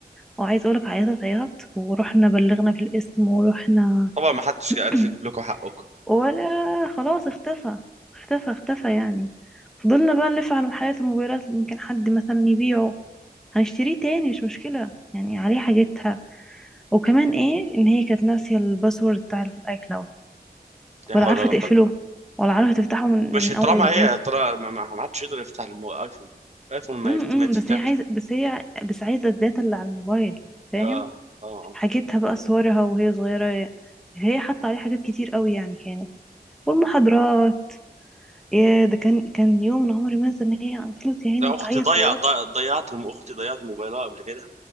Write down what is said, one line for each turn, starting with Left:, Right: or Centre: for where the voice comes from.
Centre: وعايزه اقول لك عيطت عياط ورحنا بلغنا في القسم ورحنا
Right: طبعا
Centre: <clears throat>
Right: ما حدش عارف يجيب لكم حقكم
Centre: ولا خلاص اختفى اختفى اختفى يعني فضلنا بقى نلف على محلات الموبايلات يمكن حد مثلا يبيعه هنشتريه تاني مش مشكلة يعني عليه حاجتها وكمان ايه ان هي كانت ناسية الباسورد بتاع الاي كلاود
Right: لا
Centre: ولا
Right: حول
Centre: عارفة
Right: ولا
Centre: تقفله
Right: قوة إلا
Centre: ولا عارفة تفتحه من
Right: مش
Centre: من
Right: طالما
Centre: اول وجديد
Right: هي طالما ما ما- ما حدش يقدر يفتح المو- الايفون الايفون ما
Centre: امم
Right: يفت-
Centre: امم،
Right: ما يتفتحش
Centre: بس هي عايزه بس هي بس عايزه الداتا اللي على الموبايل فاهم
Right: اه اه آه.
Centre: حاجتها بقى صورها وهي صغيره هي حاطه عليه حاجات كتير قوي يعني كانت والمحاضرات يا ده كان كان يوم أنا عمري ما انسى ان هي فضلت يا عيني
Right: لا اختي
Centre: تعيط
Right: ضيع
Centre: عياط
Right: ضيع- ضيعت الم- اختي ضيعت موبايلها قبل كده